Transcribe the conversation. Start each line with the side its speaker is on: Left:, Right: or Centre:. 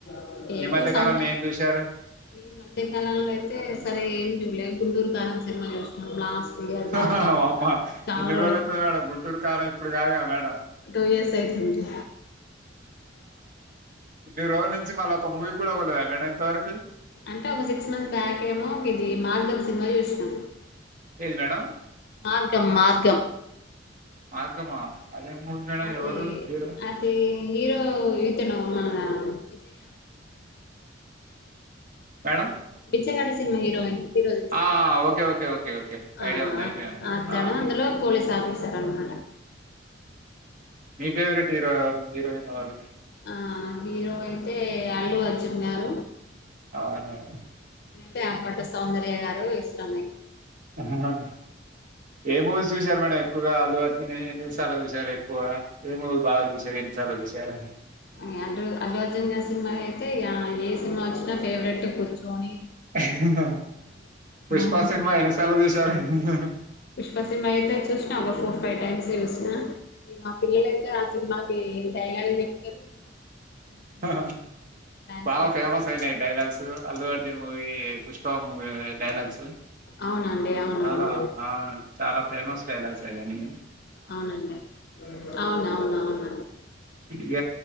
Left: బాగుంటాయి. ఎక్కువ
Right: ఈ మధ్య
Left: సౌంద్
Right: కాలంలో ఏం చూశారు
Left: ఈ మధ్యకాలంలో అయితే సరే ఏం చూడలేదు గుంటూరు కారం సినిమా చూసినం లాస్ట్ ఇయర్ బ్యాక్
Right: ఆహ వమ్మ
Left: చాలా
Right: ఎన్ని రోజులు
Left: అయితుంది
Right: అవుతుంది మేడం గుంటూరు కారం ఇప్పుడు కాదుగా మేడం
Left: టూ ఇయర్స్ అయితుంది
Right: ఇన్ని రోజుల్ నుంచి మళ్లా ఒక మూవీ కూడా పోలేద మేడం ఇంతవరకి
Left: అంటే ఒక సిక్స్ మంత్స్ బ్యాక్ ఏమో ఒక ఇది మార్గం సినిమా చూసినాం
Right: ఏది మేడం
Left: మార్గం మార్గం
Right: మార్గం మా అదేం మూవీ మేడం
Left: అది
Right: ఎవరు హీరో
Left: అది హీరో ఇతను మన Vijaya
Right: madam
Left: Bichagadu cinema heroine hero తెల్సా
Right: ఆ
Left: అండీ
Right: ఓకే ఓకే ఓకే ఓకే
Left: ఆ
Right: ఐడియా ఉంది
Left: అత్
Right: ఐడియా ఉంది
Left: అతను
Right: ఆ,
Left: అందులో పోలీస్ ఆఫీ సరానమాట
Right: మీ ఫేవరెట్ హీరో ఎవరు హీరోయిన్ ఎవరు
Left: ఆ హీరో అయితే అల్లుఅర్జున్ గారు
Right: అవునవును
Left: టే అప్పటి సౌందర్య గారు ఇష్టమే
Right: ఆహా ఏమూవీస్ చూశారు మేడం ఎక్కువగా అల్లుఅర్జున్ ఎన్నిసార్లు చూశారు ఎక్కువ ఏ మూవీ బాగా చూశారు ఎన్నిసార్లు చూశారూ
Left: అ అల్లు అల్లుఅర్జున్ గారి సినిమా అయితే ఏ సినిమా వచ్చినా ఫేవరెట్ కూర్చోని
Right: ఆహ్ ఆహా పుష్ప
Left: ఉంటాము
Right: సినిమా ఎన్నిసార్లు చూసారు ఆహ్ ఆహా
Left: పుష్ప సినిమా అయితే చూ ఒక ఫోర్ ఫైవ్ టైమ్స్ చూసిన మా పిల్లలఅయితే ఆ సినిమాకి డైలాగులు చెప్తారు మళ్ళీ తగ్గేదని
Right: హహ
Left: డాన్స్లు
Right: బాగా
Left: కూడా
Right: ఫేమస్
Left: చేస్తారు
Right: అయినాయి dialogues Allu Arjun movie Pushpa movie dialogues
Left: అవునండి అవునవును
Right: చాలా ఆ చాలా ఫేమస్ డైలాగ్స్ అయన్ని
Left: అవునండి అవును అవును అవునండి
Right: ఇగ